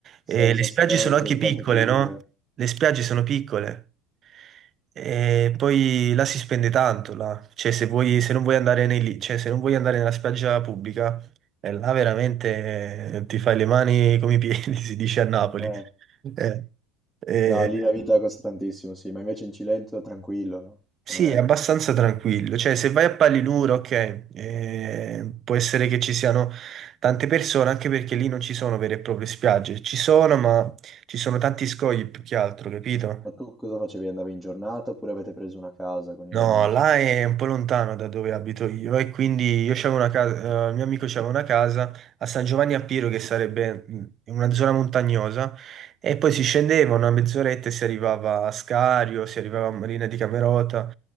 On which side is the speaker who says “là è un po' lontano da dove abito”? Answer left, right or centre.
Right